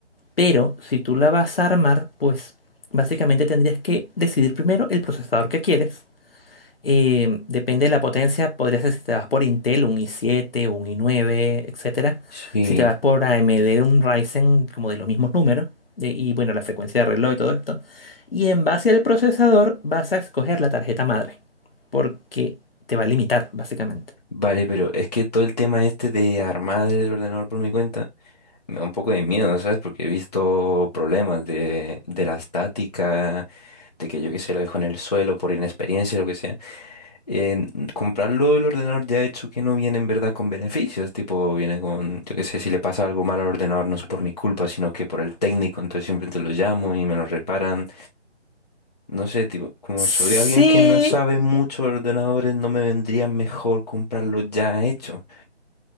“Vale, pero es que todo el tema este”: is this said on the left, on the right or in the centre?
Left